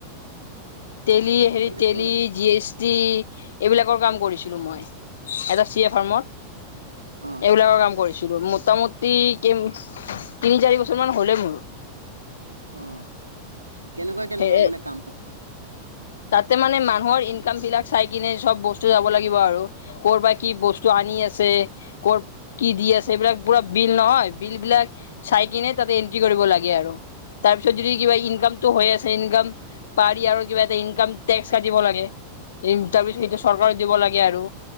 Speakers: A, on the left; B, on the right.
A: তেলি
B: অ
A: হেৰি
B: কেনেকুৱা
A: তেলি জি এছ টি এইবিলাকৰ কাম কৰিছিলোঁ মই। এটা চি এ ফাৰ্মত
B: অ
A: এইবিলাকৰ কাম কৰিছিলোঁ মই- মুতামুতি কিম- তিনি চাৰি বছৰ মান হ'লে মোৰ
B: অ কেনেকুৱা কেনেকুৱা
A: সে।
B: মানে <inaudible>
A: তাতে মানে মানুহৰ ইনকাম বিলাক চাই কিনে চব বস্তু। লাগিব আৰু কৰ' পৰা কি বস্তু আনি আছে ক' কি দি আছে এইবিলাক পুৰা। বিল নহয় বিল বিলাক চাই কিনে তাতে এন্ট্ৰি কৰিব লাগে আৰু। তাৰপিছত যদি কিবা ইনকামতটো হৈ আছে ইনকাম পাৰি আৰু কিবা এটা ইনক টেক্স- চাই দিব লাগে তাৰ পিছত সেইটো চৰকাৰে দিব লাগে আৰু।